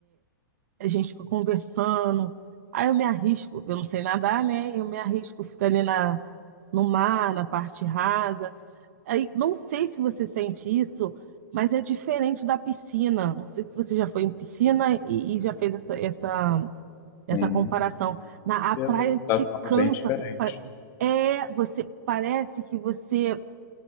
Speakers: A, on the right; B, on the left.
A: a gente fica conversando. Aí eu me arrisco, eu não sei nadar, né? Eu me arrisco ficando ali na, no mar, na parte rasa. Aí não sei se você sente isso, mas é diferente da piscina. Não sei se você já foi em piscina e, e já fez essa, essa, essa
B: Sim.
A: comparação. Na, a
B: E
A: praia
B: a adaptação
A: te cansa.
B: é bem diferente.
A: Pa- É, você parece que você,